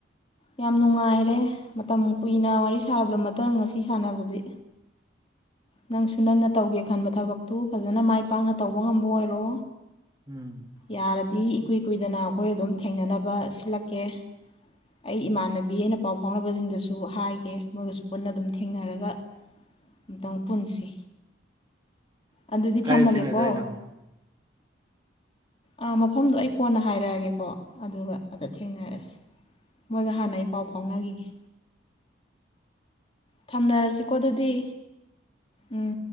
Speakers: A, on the left; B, on the right.
A: ꯌꯥꯝ ꯅꯨꯡꯉꯥꯏꯔꯦ ꯃꯇꯝ ꯀꯨꯏꯅ ꯋꯥꯔꯤ ꯁꯥꯗ꯭ꯔꯃꯇ ꯉꯁꯤ ꯁꯥꯟꯅꯕꯁꯤ ꯅꯪꯁꯨ ꯅꯪꯅ ꯇꯧꯒꯦ ꯈꯟꯕ ꯊꯕꯛꯇꯨ ꯐꯖꯅ ꯃꯥꯏ ꯄꯥꯛꯅ ꯇꯧꯕ ꯉꯝꯕ ꯑꯣꯏꯔꯣ
B: ꯎꯝ
A: ꯌꯥꯔꯗꯤ ꯏꯀꯨꯏ ꯀꯨꯏꯗꯅ ꯑꯩꯈꯣꯏ ꯑꯗꯨꯝ ꯊꯦꯡꯅꯅꯕ ꯁꯤꯜꯂꯛꯀꯦ ꯑꯩ ꯏꯃꯥꯟꯅꯕꯤ ꯑꯩꯅ ꯄꯥꯎ ꯐꯥꯎꯅꯕꯁꯤꯡꯗꯁꯨ ꯍꯥꯏꯒꯦ ꯃꯣꯏꯒꯁꯨ ꯄꯨꯟꯅ ꯑꯗꯨꯝ ꯊꯦꯡꯅꯔꯒ ꯑꯃꯝꯇꯪ ꯄꯨꯟꯁꯤ ꯑꯗꯨꯗꯤ
B: ꯀꯥꯏꯗ
A: ꯊꯝꯃꯒꯦꯀꯣ
B: ꯊꯦꯡꯅꯁꯦ ꯍꯥꯏꯅꯣ
A: ꯥ ꯃꯐꯝꯗꯣ ꯑꯩ ꯀꯣꯟꯅ ꯍꯥꯏꯔꯛꯑꯒꯦꯀꯣ ꯑꯗꯨꯒ ꯑꯗ ꯊꯦꯡꯅꯔꯁꯤ ꯃꯣꯏꯒ ꯍꯥꯟꯅ ꯑꯩ ꯄꯥꯎ ꯐꯥꯎꯅꯈꯤꯒꯦ ꯊꯝꯅꯔꯁꯤꯀꯣ ꯑꯗꯨꯗꯤ ꯎꯝ